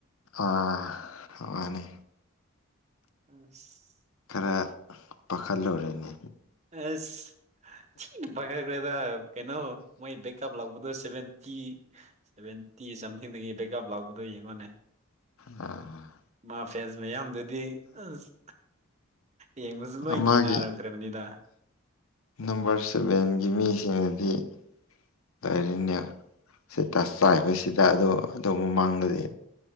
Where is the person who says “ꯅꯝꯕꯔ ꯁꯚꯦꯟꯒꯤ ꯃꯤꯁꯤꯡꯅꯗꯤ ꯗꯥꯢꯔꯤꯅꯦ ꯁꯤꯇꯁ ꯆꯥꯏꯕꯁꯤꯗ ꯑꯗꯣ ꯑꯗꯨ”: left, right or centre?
Left